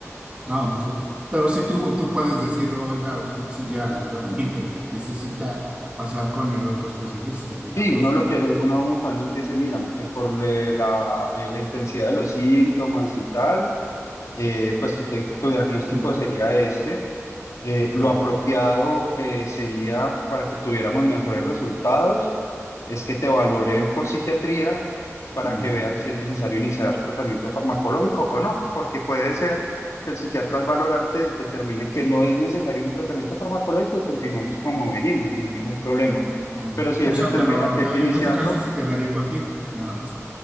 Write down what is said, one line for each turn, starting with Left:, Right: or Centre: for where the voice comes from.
Right: Ah, ok. Pero sí tú, tú puedes decir, oiga, usted sí ya realmente <laughs> necesita pasar con el otro especialista, digamos.
Left: Sí, uno lo que lo- uno usualmente dice, mira, eh, por le- la, eh, la intensidad de los síntomas y tal, eh, pues tu, ten- tu diagnóstico
Right: Mm.
Left: sería este. eh,
Right: Claro.
Left: lo apropiado eh, sería para que tuviéramos mejores resultados, es que te valoren por psiquiatría para
Right: Y,
Left: que vean si es necesario iniciar tratamiento farmacológico o no, porque puede ser que el psiquiatra al valorarte determine que no es necesario un tratamiento farmacológico y continuamos como venimos, no hay ningún problema.
Right: um,
Left: Pero si él
Right: o
Left: determina
Right: sea, te lo-
Left: que
Right: te-
Left: hay que iniciarlo,
Right: en este caso se quedaría contigo, nada más.